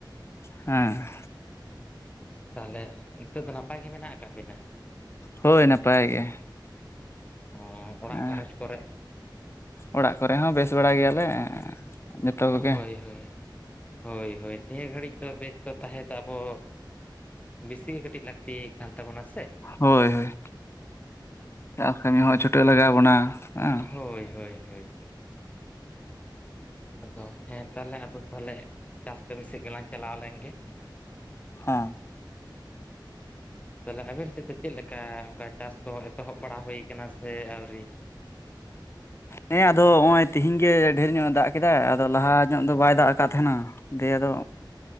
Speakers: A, on the left; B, on the left.
A: ᱦᱮᱸ
B: ᱛᱟᱦᱚᱞᱮ ᱱᱤᱛᱚᱜ ᱫᱚ ᱱᱟᱯᱟᱭ ᱜᱮ ᱢᱮᱱᱟᱜ ᱟᱠᱟᱜ ᱵᱤᱱᱟ
A: ᱦᱳᱭ ᱱᱟᱯᱟᱭ ᱜᱮ
B: ᱚ ᱚᱲᱟᱜ
A: ᱦᱮᱸ
B: ᱜᱷᱟᱨᱚᱸᱡᱽ ᱠᱚᱨᱮ
A: ᱚᱲᱟᱜ ᱠᱚᱨᱮ ᱦᱚᱸ ᱵᱮᱥ ᱵᱟᱲᱟ ᱜᱮᱭᱟᱞᱮ ᱡᱚᱛᱚ
B: ᱦᱳᱭ
A: ᱠᱚᱜᱮ
B: ᱦᱳᱭ ᱦᱳᱭ ᱦᱳ ᱱᱤᱭᱟᱹ ᱜᱷᱟᱹᱲᱤᱡ ᱫᱚ ᱵᱮᱥ ᱫᱚ ᱛᱟᱦᱮᱸ ᱫᱚ ᱟᱵᱚ ᱵᱮᱥᱤᱜᱮ ᱠᱟᱹᱴᱤᱡ ᱞᱟᱹᱠᱛᱤ ᱠᱟᱱ ᱛᱟᱵᱚᱱᱟ ᱥᱮ
A: ᱦᱳᱭ ᱦᱳᱭ ᱪᱟᱥ ᱠᱟᱹᱢᱤ ᱦᱚᱸ ᱪᱷᱩᱴᱟᱹᱣ ᱞᱟᱜᱟᱣ ᱵᱚᱱᱟ ᱦᱮᱸ
B: ᱦᱳᱭ ᱦᱳᱭ ᱦᱳᱭ ᱟᱫᱚ ᱦᱮᱸ ᱛᱟᱦᱞᱮ ᱟᱫᱚ ᱛᱟᱦᱞᱮ ᱪᱟᱥ ᱠᱟᱹᱢᱤ ᱥᱮᱫ ᱜᱮᱞᱟᱝ ᱪᱟᱞᱟᱣ ᱞᱮᱱ ᱜᱮ
A: ᱦᱚ
B: ᱛᱟᱦᱚᱞᱮ ᱟᱵᱮᱱ ᱥᱮᱫ ᱫᱚ ᱪᱮᱫ ᱞᱮᱠᱟ ᱚᱱᱠᱟ ᱪᱟᱥ ᱠᱚ ᱮᱛᱚᱦᱚᱵ ᱵᱟᱲᱟ ᱦᱩᱭ ᱟᱠᱟᱱᱟ ᱥᱮ ᱟᱹᱣᱨᱤ
A: ᱦᱮᱸ ᱟᱫᱚ ᱱᱚᱜᱼᱚᱭ ᱛᱤᱦᱤᱧ ᱜᱮ ᱰᱷᱮᱨ ᱧᱚᱜ ᱮ ᱫᱟᱜ ᱠᱮᱫᱟᱭ ᱟᱫᱚ ᱞᱟᱦᱟ ᱧᱚᱜ ᱫᱚ ᱵᱟᱭ ᱫᱟᱜ ᱟᱠᱟᱫ ᱛᱟᱦᱮᱱᱟ ᱫᱮ ᱟᱫᱚ